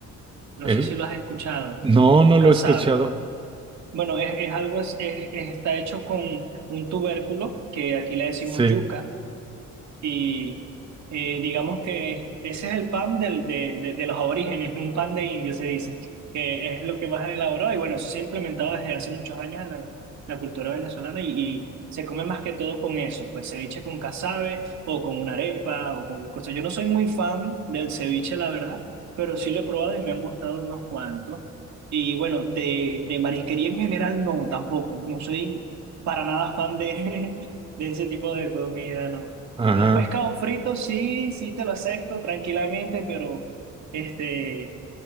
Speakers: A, on the right; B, on the right.
A: No
B: el,
A: sé si lo has escuchado.
B: no, no
A: Casabe.
B: lo he escuchado.
A: Bueno, es, es algo, es, es- está hecho con un tubérculo, que aquí le decimos
B: Sí,
A: yuca. Y eh, digamos que ese es el pan del, de, de, de los aborígenes, un pan de indio se dice, que es lo que más han elaborado. Y bueno, eso se ha implementado desde hace muchos años en la, la cultura venezolana y, y se come más que todo con eso, pues ceviche con casabe o con una arepa o con cualquier cosa. Yo no soy muy fan del ceviche, la verdad, pero sí lo he probado y me han gustado unos cuantos. Y bueno, de, de marisquería en general no, tampoco. No soy para nada fan de, <laughs> de ese tipo de comida, no.
B: ajá,
A: Un pescado frito, sí, sí te lo acepto tranquilamente, pero este,